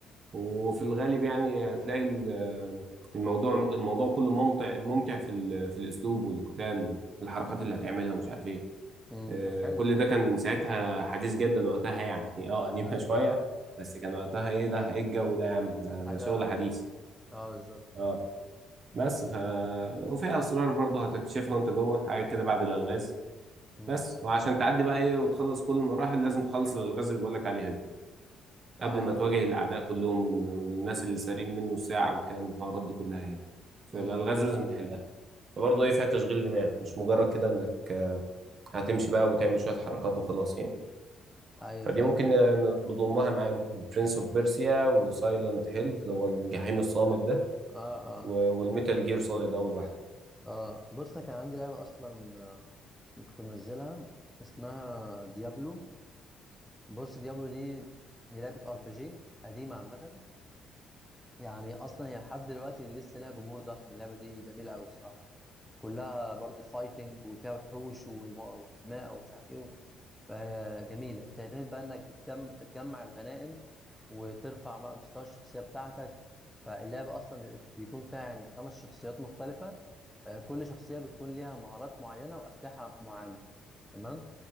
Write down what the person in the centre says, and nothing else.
امم
طب حلو
اه
حاجه
اه بالظبط
امم
اه
امم إمم.
ايوه
فهمت
اه اه
اه بص انا كان عندي لعبه اصلا كنت منزلها اسمها ديابلو بص ديابلو دي هي لعبة ار بي جي قديمة عامة يعني أصلا هي لحد دلوقتي لسه لها جمهور ضخم اللعبة دي جميلة أوي الصراحة كلها برضو فايتنج وفيها وحوش وم- وماء ومش عارف إيه فجميلة بتعتمد بقى إنك بتجم... بتجمع الغنائم وترفع بقى مستوى الشخصية بتاعتك فاللعبة أصلا بي- بيكون فيها يعني خمس شخصيات مختلفة آه، كل شخصية بتكون ليها مهارات معينة وأسلحة معينة تمام